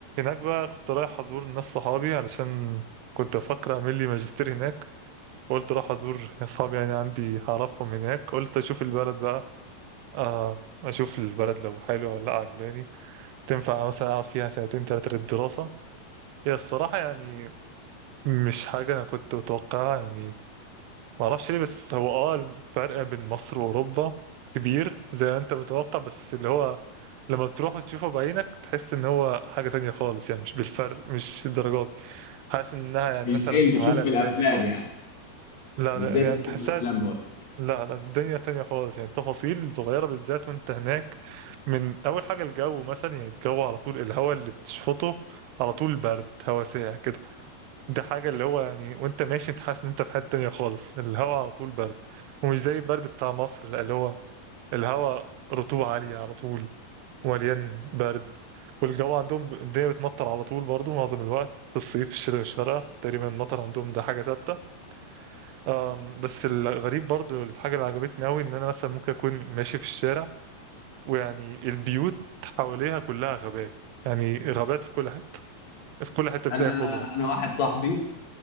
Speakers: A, on the right; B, on the left.
A: بقى كنت رايح أزور ناس صحابي علشان كنت بفكر أعمل لي ماجستير هناك قلت اروح ازور <laughs> اصحابي يعني عندي هعرفهم هناك قلت اشوف البلد بقى آه اشوف البلد لو حلوه ولا لا عجباني تنفع مثلا اقعد فيها سنتين تلاتة للدراسه هي الصراحه يعني مش حاجه انا كنت متوقعها يعني ما اعرفش ليه بس هو اه الفرق بين مصر واوروبا كبير زي ما انت متوقع بس اللي هو لما تروح وتشوفه بعينك تحس ان هو حاجه تانية خالص يعني مش بالفرق مش الدرجات دي. حاسس انها يعني
B: مش
A: مثلا
B: زي اللي بتشوفه
A: عالم
B: في الافلام
A: تاني خالص
B: يعني
A: لا
B: مش
A: لا،
B: زي اللي
A: يعني
B: بتشوفه
A: تحسها
B: في الافلام برضه
A: لا لا الدنيا تانية خالص يعني التفاصيل صغيرة بالذات وانت هناك من أول حاجة الجو مثلا يعني الجو على طول الهواء اللي بتشفطه على طول برد هواء ساقع كده ده حاجة اللي هو يعني وانت ماشي انت حاسس ان انت في حتة تانية خالص الهواء على طول برد ومش زي البرد بتاع مصر لا اللي هو الهواء رطوبة عالية على طول مليان برد والجو عندهم ب- الدنيا بتمطر على طول برضه معظم الوقت في الصيف في الشتاء مش فارقة تقريبا المطر عندهم ده حاجة ثابتة أم، بس الغريب برضو الحاجة اللي عجبتني أوي إن أنا مثلا ممكن أكون ماشي في الشارع ويعني البيوت حواليها كلها غابات يعني غابات في كل حتة في كل حتة بتلاقي
B: انا
A: خضرة
B: انا واحد صاحبي